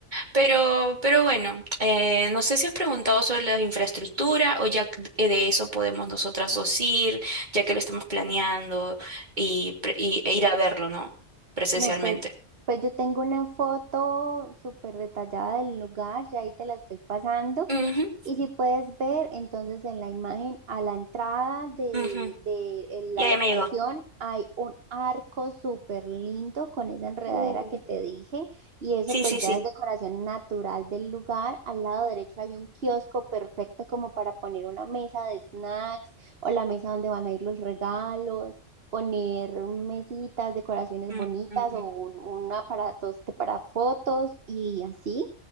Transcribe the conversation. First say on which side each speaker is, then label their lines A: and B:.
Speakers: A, on the right (about 35°); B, on the right (about 50°).
A: Pero, pero bueno, eh, no sé si has preguntado sobre la infraestructura o ya c- de eso podemos nosotras dos ir, ya que lo estamos planeando y, pre- y- e ir a verlo, ¿no? Presencialmente.
B: No, pues, pues yo tengo una foto súper detallada del lugar, ya ahí te la estoy pasando.
A: Ujú,
B: Y si puedes ver, entonces en la imagen a la entrada de,
A: ujú.
B: de en
A: Ya,
B: la locación
A: ya me llegó.
B: hay un arco súper lindo con esa enredadera
A: Uh,
B: que te dije y eso
A: sí,
B: pues
A: sí,
B: ya
A: sí.
B: es decoración natural del lugar. Al lado derecho hay un kiosco perfecto como para poner una mesa de snacks o la mesa donde van a ir los regalos poner mesitas, decoraciones
A: Mm,
B: bonitas
A: mm.
B: o un, un aparato este para fotos y así.